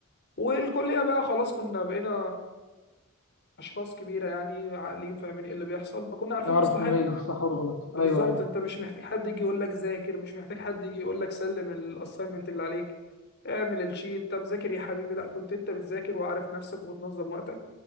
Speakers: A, on the left (about 55°); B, on the left (about 75°).
A: والكلية بقى خلاص كنا بقينا أشخاص كبيرة يعني عاقلين فاهمين إيه اللي بيحصل فكنا عارفين
B: نعرف
A: مصلحتنا
B: نميز الصح والغلط
A: بالظبط
B: ايوه ايوه
A: انت مش محتاج حد يجي يقول لك ذاكر مش محتاج حد يجي يقول لك سلم الاساينمنت اللي عليك اعمل الشيت طب ذاكر يا حبيبي لا كنت انت بتذاكر وعارف نفسك وبتنظم وقتك